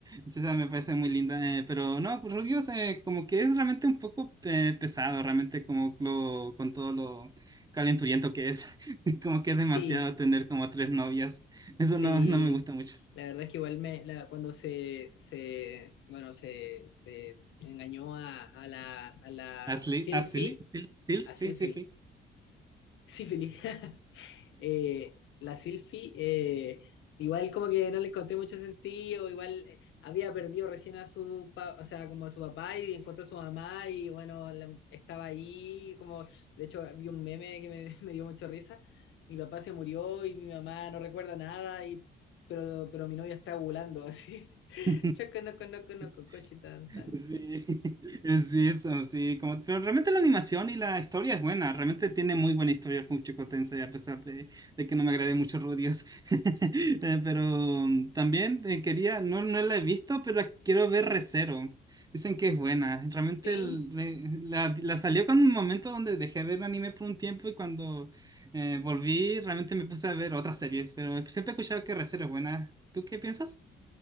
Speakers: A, on the right (about 20°); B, on the left (about 75°).
A: Sí, o sea, me parece muy linda, eh, pero no, pues Rudios eh, como que es realmente un poco eh, pesado, realmente como lo, con todo lo calenturiento que es, <laughs> como
B: Sí,
A: que es demasiado tener como tres novias, eso
B: sí.
A: no, no me gusta mucho.
B: La verdad es que igual me, la- cuando se, se, bueno, se, se engañó a, a la, a la
A: Asli,
B: Silphy,
A: Asli, Sil, Silf,
B: a Silphy,
A: sí, sí, sí.
B: Sífilis. <laughs> eh, la Silfi, eh, igual como que no le encontré mucho sentido, igual eh, había perdido recién a su, pa- o sea, como a su papá y encontró a su mamá y bueno, la- estaba ahí, como, de hecho vi un meme que me, <laughs> me dio mucho risa, mi papá se murió y mi mamá no recuerda nada y... Pero, pero mi novia está ovulando así. <laughs>
A: Sí.
B: Choco, no, no, no,
A: <laughs>
B: coche, tan, tan.
A: Sí, <laughs> sí, eso, sí, como, pero realmente la animación y la historia es buena, realmente tiene muy buena historia Funchiko Tensei, a pesar de, de que no me agrade mucho Rudios. <laughs> Eh, pero mm, también eh, quería, no, no la he visto, pero la quiero ver Re:Zero. Dicen que es buena, realmente
B: sí
A: el- re- la, la salió con un momento donde dejé de ver anime por un tiempo y cuando eh, volví realmente me puse a ver otras series, pero siempre he escuchado que Re:Zero es buena. ¿Tú qué piensas?